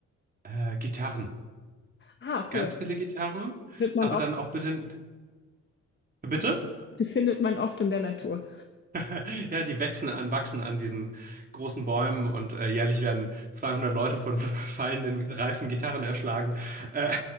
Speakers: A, on the right; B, on the left.
A: äh, Gitarren.
B: Ah, okay.
A: Ganz viele Gitarren,
B: Findet man
A: aber
B: oft,
A: dann auch bitte. Bitte?
B: die findet man oft in der Natur.
A: <laughs> Ja, die wachsen an, wachsen an diesen großen Bäumen und äh, jährlich werden 200 Leute von <laughs> fallenden, reifen Gitarren erschlagen. Äh,